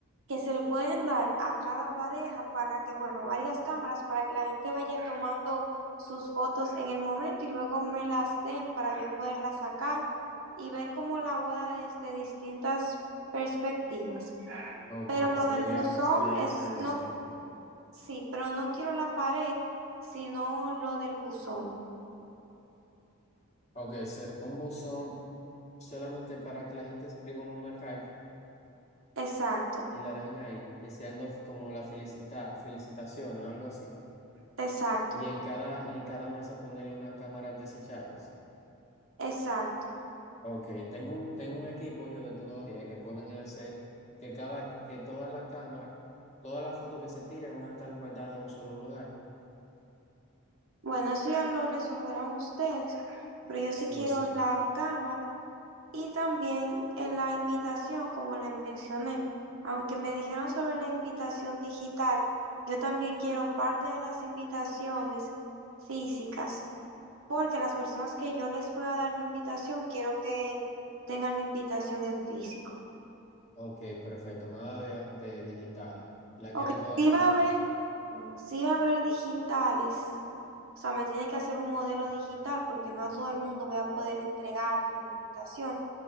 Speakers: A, on the right (about 60°); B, on the left (about 30°).
A: que se le pueden dar a cada pareja para que, bueno, varias cámaras para que la gente vaya tomando sus fotos en el momento y luego me las den para yo poderlas sacar y ver como la boda desde distintas perspectivas.
B: ok,
A: Pero lo
B: sería,
A: del buzón
B: sería
A: es,
B: excelente.
A: no, sí, pero no quiero la pared, sino lo del buzón.
B: Ok, se- un buzón solamente para que la gente escriba en una carta
A: Exacto,
B: y la dejen ahí, deseando como la felicita, felicitaciones o algo así.
A: exacto,
B: Y en cada, y en cada mesa ponerle unas cámaras desechables.
A: exacto.
B: Ok, tengo un, tengo un equipo yo de tecnología que pueden hacer que cada, que todas las cámaras, todas las fotos que se tiren van a estar guardadas en un solo lugar.
A: Bueno, eso ya lo resolverán ustedes, pero yo sí
B: Sí,
A: quiero la cámara y también eh, la invitación, como les mencioné. Aunque me dijeron sobre la invitación digital, yo también quiero parte de las invitaciones físicas, porque las personas que yo les pueda dar la invitación, quiero que tengan la invitación en físico.
B: ok, perfecto, nada de, de digitales. La
A: Ok,
B: quiere todas
A: sí
B: físicas.
A: va a haber, no, sí va a haber digitales. O sea, me tienen que hacer un modelo digital porque no a todo el mundo voy a poder entregarle la invitación,